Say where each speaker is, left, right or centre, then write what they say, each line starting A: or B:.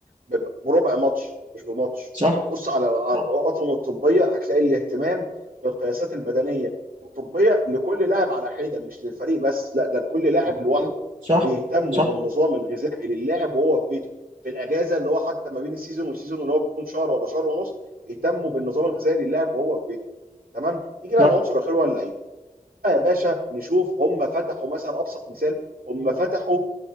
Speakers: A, on the right; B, on the right.
A: بب- بربع ماتش مش بماتش
B: صح
A: بص على على
B: صح
A: الأطقم الطبية هتلاقي الاهتمام بالقياسات البدنية الطبية لكل لاعب على حدة مش للفريق بس لا ده كل لاعب
B: مظبوط.
A: لوحده
B: صح
A: بيهتموا
B: صح
A: بالنظام الغذائي للاعب وهو في بيته في الأجازة اللي هو حتى ما بين السيزون والسيزون اللي هو بيكون شهر ولا شهر ونص بيهتموا بالنظام الغذائي للاعب وهو في بيته تمام نيجي بقى
B: صح
A: للعنصر الأخير هو اللعيب بقى يا باشا نشوف هم فتحوا مثلا أبسط مثال هم فتحوا